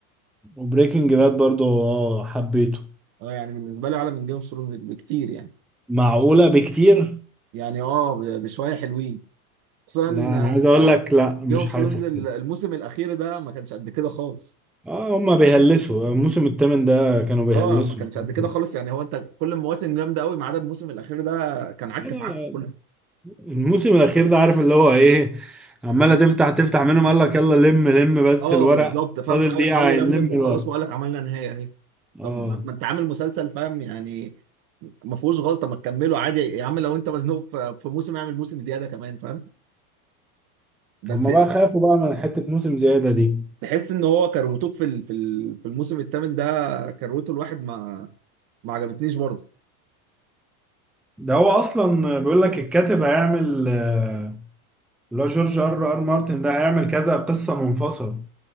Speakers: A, in the centre; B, on the right.
A: وبريكنج باد برضو اه حبيته
B: اه يعني بالنسبه لي اعلى من جيم اوف ثرونز بكتير يعني
A: معقولة بكتير
B: يعني اه ب- بشويه حلوين خصوصا
A: لا انا عايز اقول
B: آه،
A: لك لا مش
B: جيم اوف
A: حاسس
B: ثرونز الموسم
A: كده
B: الاخير ده ما كانش قد كده خالص
A: اه هما بيهلسوا الموسم الثامن ده كانوا بيهلسوا
B: اه ما كانش
A: لا
B: قد كده خالص يعني هو انت كل المواسم جامده قوي ما عدا الموسم الاخير ده كان عك
A: لا لا
B: في عك كله
A: الموسم الاخير ده عارف اللي هو ايه عمالة تفتح تفتح منهم قال لك يلا لم لم بس
B: اه
A: الورق
B: بالظبط فاهم
A: فاضل
B: حاول
A: دقيقة
B: حاول يلملم
A: هنلم الورق
B: وخلاص وقال لك عملنا نهايه اهي
A: اه
B: طب ما انت عامل مسلسل فاهم يعني ما فيهوش غلطه ما تكمله عادي يا عم لو انت مزنوق في في موسم اعمل موسم زياده كمان فاهم بس
A: هما بقى خافوا بقى من حتة موسم زيادة دي
B: تحس ان هو كروتوك في ال- في ال- في الموسم الثامن ده كروته الواحد ما ما عجبتنيش برضه
A: ده هو اصلا بيقول لك الكاتب هيعمل آه، اللي هو جورج ار ار مارتن ده هيعمل كذا قصه منفصله